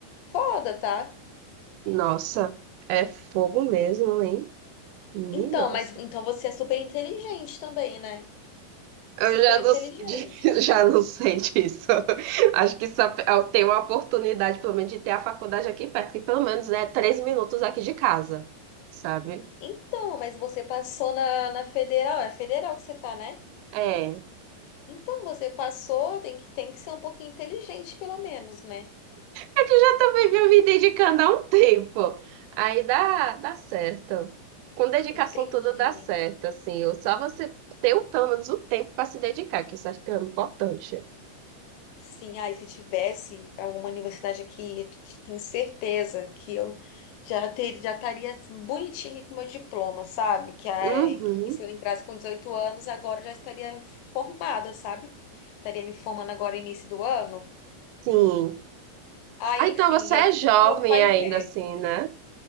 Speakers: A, on the left; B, on the right.
A: foda, tá?
B: Nossa, é fogo mesmo, hein? Ih,
A: Então,
B: nossa.
A: mas então você é super inteligente também, né?
B: Eu
A: Super
B: já não,
A: inteligente.
B: <laughs> já não sei disso. <laughs> Acho que só eu tenho uma oportunidade, pelo menos, de ter a faculdade aqui perto, que pelo menos é três minutos aqui de casa, sabe?
A: Então, mas você passou na, na federal, é federal que você tá, né?
B: É.
A: Então você passou, tem que, tem que ser um pouquinho inteligente, pelo menos, né?
B: É que eu já também venho me dedicando há um tempo. Aí dá, dá certo. Com dedicação
A: Entendi.
B: tudo dá certo, assim. Ou Só você ter o- pelo menos o tempo para se dedicar, que isso acho que é importante.
A: Sim, ai, se tivesse alguma universidade aqui, eu t- tenho certeza que eu já ter, já estaria assim, bonitinha aqui com meu diploma, sabe? Que, ai,
B: Uhum.
A: que se eu entrasse com 18 anos, agora eu já estaria formada, sabe? Estaria me formando agora início do ano.
B: Sim.
A: ah
B: Ah,
A: enfim,
B: então você
A: e
B: é
A: é tudo
B: jovem
A: que meu pai
B: ainda,
A: quer.
B: assim, né?